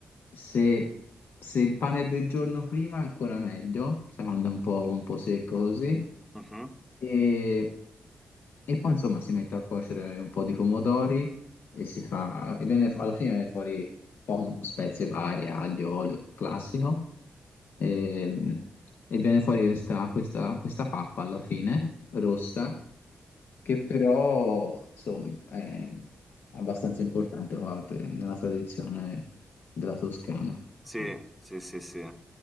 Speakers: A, on the left; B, in the centre.
A: se, se il pane è del giorno prima ancora meglio, se no anda un po', un po' secco così.
B: Mhm.
A: E, e poi insomma si mette a cuocere un po' di pomodori e si fa, e viene, alla fine viene fuori poco, spezie varie, aglio, olio classico, ehm, e, viene fuori questa, questa, questa pappa alla fine, rossa, che però, insomma, è abbastanza importante qua per- nella tradizione della Toscana.
B: Sì,
A: Eh,
B: sì, sì, sì.